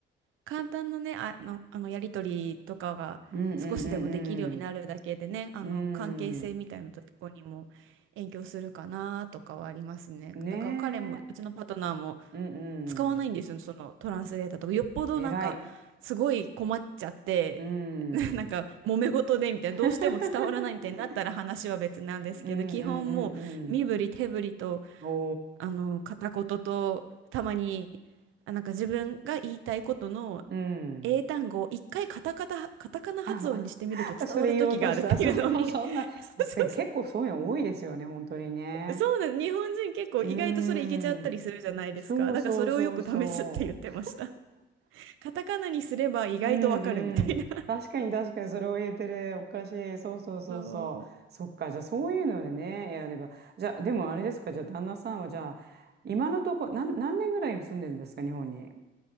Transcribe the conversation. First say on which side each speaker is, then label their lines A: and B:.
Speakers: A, on the right (about 85°); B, on the right (about 55°).
A: 簡単なね、ああの、あのやりとりとかが少しでもできるようになるだけでね、
B: うんうん
A: あの関係性みたいなとこにも影響するかなとかはありますね。
B: うんうん。うん。ねえ。
A: だから彼も、うちのパートナーも
B: うん
A: 使わないんですよ、
B: うん。
A: そのトランスレーターとか。よっぽどなんか、
B: 偉い。
A: すごい困っちゃって、
B: うん。
A: <laughs> なんか、揉め事でみたいな、
B: <laughs>
A: どうしても伝わらないみたいになったら話は別なんですけど、
B: うんうんうんうん。
A: 基本もう、身振り手振りと、
B: お
A: あの、片言と、たまに、あ、なんか自分が言いたいことの
B: ー。う
A: 英単語を一回カタカタ、
B: ん。
A: カタカナ発音にしてみると伝わる時があるっていうのに
B: あ、あそれ言おうとした。そう、そんな。
A: <laughs> そうそうそ
B: でも結構そういうの多いですよね、本当にね。
A: う、<laughs> そうなんです。日本人結構意外とそれいけちゃったりするじゃないですか。
B: うーん。そうそうそうそう。
A: だからそれをよく試すって言ってました。カタカナにすれば意外とわかるみたいな
B: うんうん。
A: <laughs>
B: 確かに確かにそれを言えてる。おかしい。そうそうそうそう。
A: そ
B: そっか。じゃあそういうのでね、やれば。じゃあ、でもあれですか。じゃあ旦那さんはじゃあ、今のとこ、なん、何年ぐらい住んでるんですか、日本に。